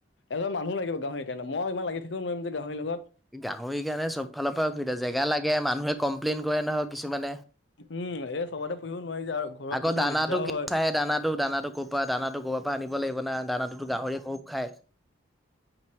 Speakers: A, on the left; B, in the centre.
A: এজন মানুহ লাগিব গাহৰিৰ কাৰণ মই ইমান লাগি থাকওোৱাৰম যে গাহৰি লগত।
B: গাহৰিৰ কাৰণে চব ফালৰ পৰা অসুবিধা জেগা লাগে মানুহে কমপ্লেইন কৰে নহওক কিছুমানে।
A: উম এই চবতে পুহিব নোৱাৰি যে আৰু ঘৰত
B: আকৌ
A: কিছুমান
B: দানাটো
A: দিগদাৰো
B: কি
A: হয়
B: চাই দানাটো দানাটো ক'ৰ পৰাা দানাটো। গৰ পৰা আনিব লাগিব না দানাটোতো গাহৰিয়ে কব খায়।